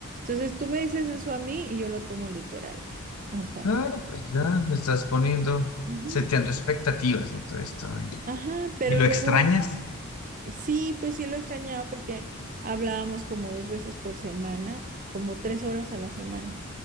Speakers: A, on the right; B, on the left.
A: Entonces tú me dices eso a mí y yo lo tomo literal. O sea,
B: Claro, pues ya me estás poniendo,
A: ujú,
B: seteando expectativas de todo esto. ¿eh?
A: Ajá, pero
B: ¿Y lo
A: luego...
B: extrañas?
A: Sí, pues sí lo extrañaba porque hablábamos como dos veces por semana, como tres horas a la semana.